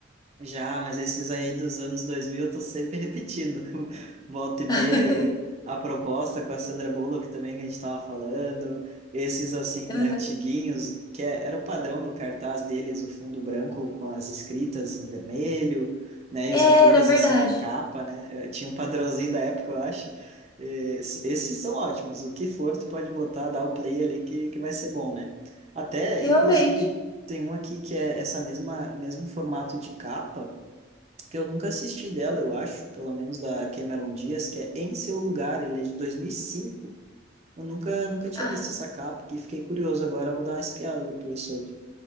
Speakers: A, on the right; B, on the left.
A: Já, mas esses aí dos anos 2000 eu tô sempre repetindo. <laughs> Volta e meia
B: <laughs>
A: aí. A proposta com a Sandra Bullock também que a gente tava falando. Esses, assim,
B: Aham.
A: antiguinhos, que é- era o padrão do cartaz deles, o fundo branco com as escritas em vermelho, né?
B: Era
A: E os atores, assim,
B: verdade,
A: na capa, né? eh, Tinha um padrãozinho da época, eu acho. Es- Esses são ótimos. O que for, tu pode botar, dar o play ali que, que vai ser bom, né? Até,
B: realmente.
A: inclusive, tem um aqui que é essa mesma mesmo formato de capa, que eu nunca assisti dela, eu acho, pelo menos da Cameron Diaz, que é Em Seu Lugar, ele é de 2005. Eu nunca nunca tinha
B: Ah,
A: visto essa capa aqui, fiquei curioso agora, eu vou dar uma espiada depois sobre,